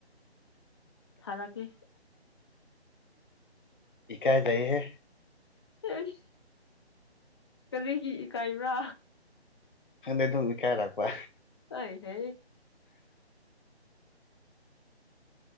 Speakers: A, on the left; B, on the left.
A: ꯊꯔꯥꯛꯀꯦ
B: ꯏꯀꯥꯏꯖꯩꯍꯦ
A: ꯏꯁ ꯀꯔꯤꯒꯤ ꯏꯀꯥꯏꯕ꯭ꯔꯥ
B: ꯍꯟꯗꯦ ꯗꯨꯝ ꯏꯀꯥꯏꯔꯛꯄ
A: ꯑꯩꯍꯦ